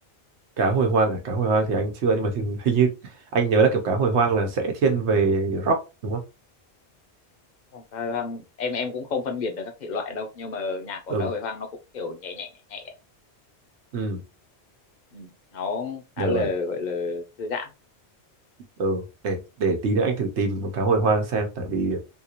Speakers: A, on the right; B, on the left.
A: cá hồi hoang à cá hồi hoang thì anh chưa
B: Ừ.
A: nhưng mà thì, hình như anh nhớ là kiểu cá hồi hoang là sẽ thiên về rock đúng không
B: Không, cá hồi hoang em em cũng không phân biệt được các thể loại đâu nhưng mà nhạc của
A: ừ
B: cá hồi hoang nó cũng kiểu nhẹ nhẹ nhẹ nhẹ
A: ừ
B: ừ. nó khá
A: được
B: là
A: rồi
B: gọi là thư giãn
A: ừ để để tí nữa anh thử tìm cá hồi hoang xem tại vì